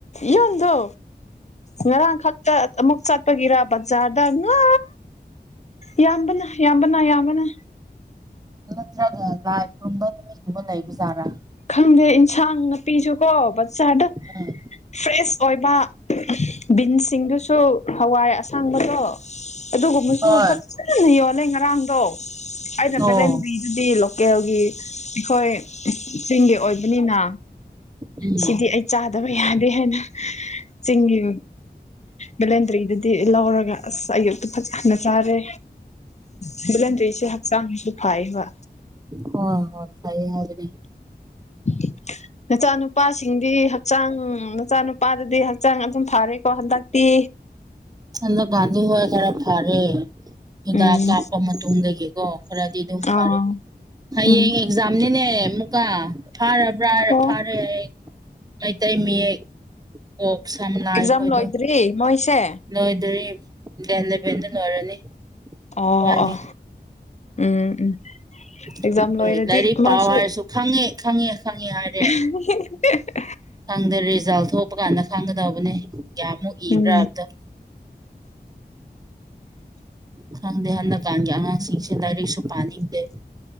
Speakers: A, on the left; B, on the right.
A: ꯌꯣꯟꯗꯣ ꯉꯔꯥꯡ ꯈꯛꯇ ꯑꯃꯨꯛ ꯆ ꯄꯒꯤꯔꯕꯖꯥꯔꯗ ꯉꯥ ꯌꯥꯝꯕꯅ ꯌꯥꯝꯕꯅ ꯌꯥꯝꯌꯥꯝꯕꯅ
B: ꯅꯠꯇ꯭ꯔꯒ ꯂꯥꯏ ꯈꯨꯔꯨꯝꯕ ꯅꯨꯃꯤꯠꯀꯨꯝꯕ ꯂꯩꯕꯖꯥꯠꯔꯥ
A: ꯈꯪꯗꯦ ꯏꯟꯁꯥꯡ ꯅꯥꯄꯤꯁꯨ ꯀꯣ ꯕꯠꯆꯥꯥꯗ
B: ꯎꯝ
A: ꯐ꯭ꯔꯦꯁ ꯑꯣꯏꯕ ꯕꯤꯟꯁꯤꯡꯗꯨꯁꯨ ꯍꯋꯥꯏ ꯑꯁꯥꯡꯕꯗꯣ ꯑꯗꯨꯒꯨꯝꯕꯁꯨ
B: ꯍꯣꯏ
A: ꯐꯖꯅ ꯌꯣꯜꯂꯦ ꯉꯔꯥꯡꯗꯣ ꯑꯩꯅ
B: ꯑꯣ
A: ꯕꯦꯂꯦꯟꯕꯤꯗꯨꯗꯤ ꯂ ꯀꯦꯜꯒꯤ ꯑꯩꯈꯣꯏ ꯆꯤꯡꯒꯤ ꯑꯣꯏꯕꯅꯤꯅ
B: ꯎꯝ
A: ꯁꯤꯗꯤ ꯑꯩ ꯆꯥꯗꯕ ꯌꯥꯗꯦ ꯍꯥꯏꯅ ꯆꯤꯡꯒꯤ ꯕꯦꯂꯦꯟꯗ꯭ꯔꯤꯗꯗꯤ ꯂꯧꯔꯒ ꯑꯁ ꯑꯌꯨꯛꯇ ꯐꯖꯅ ꯆꯥꯔꯦ ꯚꯦꯂꯟꯔꯤꯁꯦ ꯍꯛꯆꯥꯡꯁꯨ ꯐꯥꯏ ꯋꯥ
B: ꯍꯣꯢ ꯍꯣꯢ ꯐꯩ ꯍꯥꯏꯕꯅꯤ
A: <inaudible> ꯃꯆꯥꯅꯨꯄꯥꯁꯤꯡꯗꯤ ꯍꯛꯆꯥꯡ ꯃꯆꯥꯅꯨꯄꯥꯗꯨꯗꯤ ꯍꯛꯆꯥꯡ ꯑꯗꯨꯝ ꯐꯔꯦꯀꯣ ꯍꯟꯗꯛꯇꯤ
B: ꯍꯟꯗꯛꯀꯥꯟꯗꯤ ꯍꯣꯏ ꯈꯔ ꯐꯔꯦ ꯍꯤꯗꯥꯛ
A: ꯎꯝ
B: ꯀꯥꯞꯄ ꯃꯇꯨꯡꯗꯒꯤꯀꯣ ꯈꯔꯗꯤ ꯑꯗꯨꯝ ꯐꯔꯦ
A: ꯑꯥ ꯎꯝ
B: ꯌꯦꯡ ꯑꯦꯛꯖꯥꯝꯅꯤꯅꯦ ꯀ ꯐꯥꯔꯕ꯭ꯔꯥꯔ
A: ꯑꯣ
B: ꯐꯥꯔꯦ ꯍ ꯃꯩꯇꯩ ꯃꯌꯦꯛ ꯀꯣꯛ ꯁꯝ ꯂꯥꯢ
A: ꯑꯦꯛꯖꯥꯝ
B: ꯈꯣꯏꯗꯣ
A: ꯂꯣꯏꯗ꯭ꯔꯤ ꯃꯣꯏꯁꯦ
B: ꯂꯣꯏꯗꯔꯤ ꯗꯦꯟ ꯂꯦꯚꯦꯟꯗ ꯂꯣꯏꯔꯅꯤ
A: ꯑꯣ
B: ꯋꯥꯠꯂꯤ
A: ꯑꯣ ꯎꯝ ꯎꯝ ꯑꯦꯛꯖꯥꯝ
B: ꯈꯪꯗꯦ
A: ꯂꯣꯏꯔꯗꯤ
B: ꯂꯥꯏꯔꯤꯛ
A: ꯃꯥꯁꯨ
B: ꯄꯥꯎ ꯍꯥꯏꯔꯁꯨ ꯈꯪꯉꯦ ꯈꯪꯉꯦ ꯈꯪꯉꯦ
A: ꯑꯍꯦꯍꯦꯍꯦ
B: ꯍꯥꯏꯔꯦ ꯈꯪꯗꯦ ꯔꯤꯖꯥꯜ ꯊꯣꯛꯄ ꯀꯥꯟꯗ ꯈꯪꯒꯗꯕꯅꯦ ꯀꯌꯥꯃꯨꯛ ꯏꯕ꯭ꯔꯥꯕꯗ
A: ꯎꯝ
B: ꯈꯪꯗꯦ ꯍꯟꯗꯛ ꯍꯧꯖꯤꯀꯥꯟꯒꯤ ꯑꯉꯥꯡꯁꯤꯡꯁꯦ ꯂꯥꯏꯔꯤꯛꯁꯨ ꯄꯥꯅꯤꯡꯗꯦ